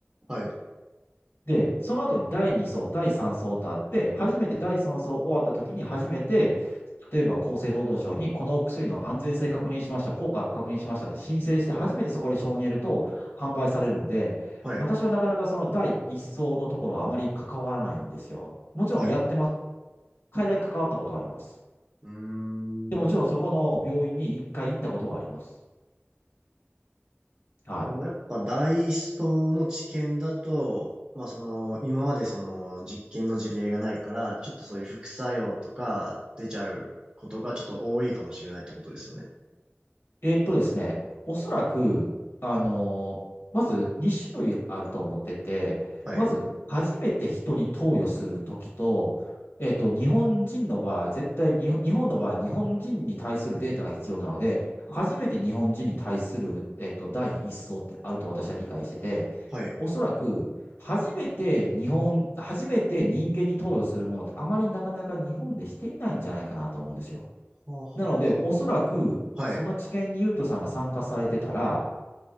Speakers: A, on the right (about 25°); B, on the left (about 60°).
A: はい、
B: で、その後に第2層、第3層とあって、初めて第3層終わった時に初めて、例えば厚生労働省にこのお薬の安全性確認しました、効果確認しましたって申請して初めてそこで承認得ると販売されるんで、
A: はい、
B: 私はなかなかその第1層のところはあまり関わらないんですよ。もちろんやってます。
A: はい。う
B: 海外だけ関わったことはあります。
A: ーん。
B: で、もちろんそこの病院に一回行ったことはあります。はい。
A: このやっぱダイソーの知見だと、まあその、今までその実験の事例がないから、ちょっとそういう副作用とか出ちゃうことがちょっと多いかもしれないってことですよね。
B: えーっとですね、おそらく、あのーまず2種類あると思ってて、
A: はい。
B: まず、初めて人に投与するときと、えーっと、日本人の場合、絶対に、日本の場合、日本人に対するデータが必要なので、初めて日本人に対する、えーっと、第一層ってあると私は理解してて、
A: はい。
B: おそらく、初めて日本、初めて人間に投与するものってあまりなかなか日本でしていないんじゃないかなと思うんですよ。
A: はあは
B: なので、おそらく、
A: あはい。
B: その治験にユウトさんが参加されてたら、